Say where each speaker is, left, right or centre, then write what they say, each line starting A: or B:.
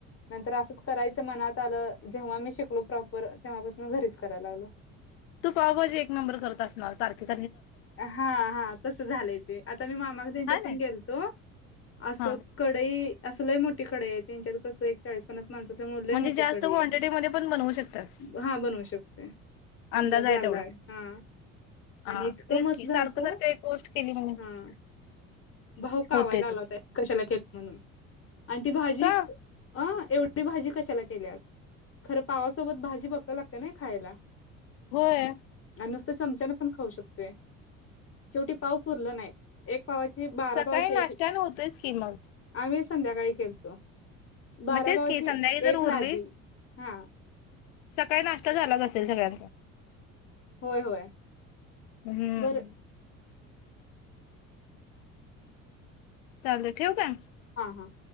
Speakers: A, on the left; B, on the left.
A: नंतर असच करायच मनात आ जेव्हा मी शिकलो प्रॉपर तेव्हापून घरीच करायला लागलो
B: तू पावभजे एक नंबर करत असणार सारखेच
A: हा हा तस झालंय ते आता मी मामा त्यांच्यात
B: हा
A: पण
B: ना.
A: गेलतो असं
B: हा
A: कडई अस. लय मोठी कडे आहे त्यांच्यात कसं चाळीस पन्नास. माणसं असल्यामुळे लय
B: म्हणजे
A: मोठी
B: जास्त
A: कडई
B: क्वांटिटीमध्ये पण बनवू शकतास
A: आहे हा बनवू शकतोय. अंदाज
B: अंदाज आहे
A: लागलाय
B: तेवढा.
A: हा
B: हा.
A: आणि इतकं
B: तेच
A: मस्त
B: की
A: झालत
B: सारखं सारखं एक गोष्ट केली म्हणे
A: हा भाऊ कावायला
B: होते ते
A: लागला होता कशाला खेत म्हणून आणि ती भाजी
B: का
A: अं एवढी भाजी कशाला केल्यास? खरं पावासोबत भाजी बक्कळ लागत्या ना खायला.
B: होय.
A: आणि नुसत चमचान पण खाऊ शकतोय. शेवटी पाव पुरल नाही. एक पावाची बारा
B: सकाळी
A: पावाची
B: नाशट्यान
A: एक
B: होतयच की मग.
A: आम्ही संध्याकाळी केलतो. बारा
B: म तेच
A: पावाची
B: की संध्याकाळी जर
A: एक
B: उरली
A: लादी हा.
B: सकाळी नाष्टा झालाच असेल सगळ्यांचा
A: होय. होय.
B: हम्म.
A: बरं
B: चालू दे ठेवू का?
A: हा. हा.